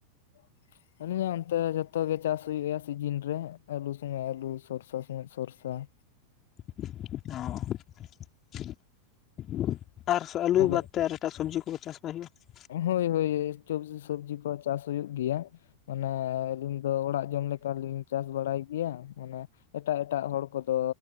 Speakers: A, on the left; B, on the left.
A: ᱾ ᱚᱱᱮ ᱚᱱᱛᱮ ᱡᱚᱛᱚ ᱜᱮ ᱪᱟᱥ ᱦᱩᱭᱩᱜᱼᱟ ᱥᱤᱡᱤᱱ ᱨᱮ᱾ ᱟᱹᱞᱩ ᱥᱩᱚᱢᱚᱭ ᱟᱹᱞᱩ ᱥᱚᱨᱥᱟ ᱥᱚᱢᱚᱭ ᱥᱚᱨᱥᱟ ᱾
B: <inaudible> ᱚᱸ ᱻ <inaudible> ᱟᱨ ᱥᱮ ᱟᱹᱞᱩ
A: ᱛᱟᱦᱚᱞᱮ
B: ᱵᱟᱫᱽ ᱛᱮ ᱟᱨ ᱮᱴᱟᱜ ᱥᱚᱵᱽᱡᱤ ᱠᱚ ᱪᱟᱥ ᱵᱟᱭ ᱦᱩᱭᱩᱜᱼᱟ?
A: ᱦᱳᱭ -ᱦᱳᱭ, ᱥᱚᱵᱽ -ᱥᱚᱵᱽᱡᱤ ᱠᱚ ᱪᱟᱥ ᱦᱩᱭᱩᱜ ᱜᱮᱭᱟ ᱾ ᱢᱟᱱᱮ, ᱟᱹᱞᱤᱧ ᱫᱚ ᱚᱲᱟᱜ ᱡᱚᱢ ᱞᱮᱠᱟ ᱞᱤᱧ ᱪᱟᱥ ᱵᱟᱲᱟᱭ ᱜᱮᱭᱟ ᱢᱟᱱᱮ ᱮᱴᱟᱜ ᱮᱴᱟᱜ ᱦᱚᱲ ᱠᱚᱫᱚ